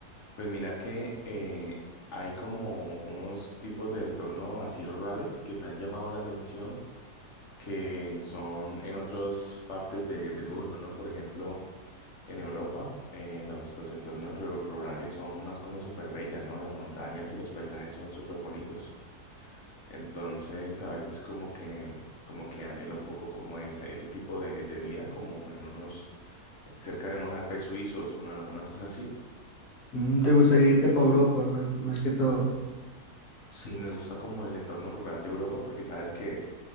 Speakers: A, on the left; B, on the left.
A: Pues mira que eh, hay como unos tipos de entornos así rurales que me han llamado la atención que son en otras partes de- del mundo, ¿no? Por ejemplo, en Europa, eh, los, los entornos ru- rurales son unas cosas súper bellas, ¿no? Las montañas y los paisajes son súper bonitos. Entonces, a veces como que, como que anhelo un poco como ese, ese tipo de, de vida, como en unos, cerca de unos Alpes suizos, una, una cosa así.
B: Mm, ¿Te gustaría irte para Europa más, más que todo?
A: Sí, me gusta como el entorno rural de Europa, porque sabes que,